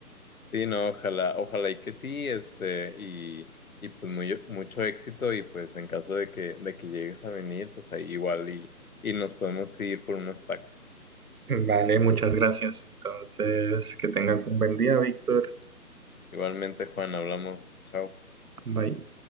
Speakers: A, on the left; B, on the right.
A: Sí, no, ojalá, ojalá y que sí, este, y, y pues muy, mucho éxito, y pues en caso de que, de que llegues a venir, pues ahí igual y, y nos podemos ir por unos tacos.
B: Vale, muchas gracias. Entonces, que tengas un buen día, Víctor.
A: Igualmente, Juan, hablamos, chao.
B: Bye.